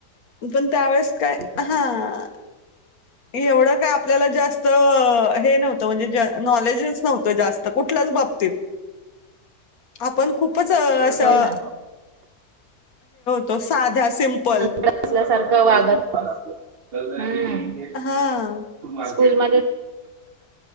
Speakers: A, on the left (about 60°); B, on the right (about 50°).
A: पण त्यावेळेस काय
B: करता.
A: हा एवढं काय आपल्याला जास्त हे नव्हतं म्हणजे नॉलेजच नव्हतं जास्त कुठल्याच बाबतीत. आपण खूपच अ, असं
B: होय ना.
A: तो साध्या सिम्पल
B: ल्यासारखं वाघ हम्म
A: हां.
B: <unintelligible> स्कूल म